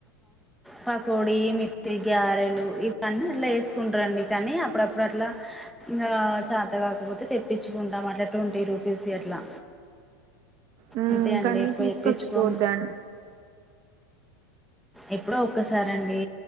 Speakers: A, in the centre; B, on the right.
A: పకోడి, మిర్చి, గార. లు ఇవన్నీ ఇలా చేసుకుంటారండి కానీ అప్పుడప్పుడు అట్లా ఇంగా చేత కాకపోతే తెప్పించుకుంటాం అట్లా ట్వంటీ రూపీస్ ఈ అట్లా
B: మ్మ్
A: అంతే అండి
B: కానీ
A: ఎక్కువ
B: తీసుకొచ్చిపోద్దాన్
A: తేప్పించుకోము. ఎప్పుడో ఒక్కసార అండి